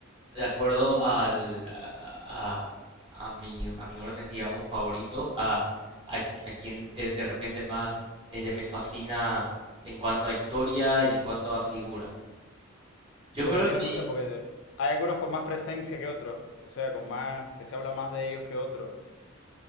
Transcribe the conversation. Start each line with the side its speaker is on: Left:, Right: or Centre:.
Right: de acuerdo al, a, a- a mi, a mi orden, digamos, favorito, a, a, a quien de, de repente más este, me fascina en cuanto a historia y en cuanto a figura. Yo
Left: ¿Y por
Right: creo
Left: qué tiene
Right: que,
Left: muchas? Porque hay algunos con más presencia que otros, o sea, con más, que se habla más de ellos que otros. ¿o qué?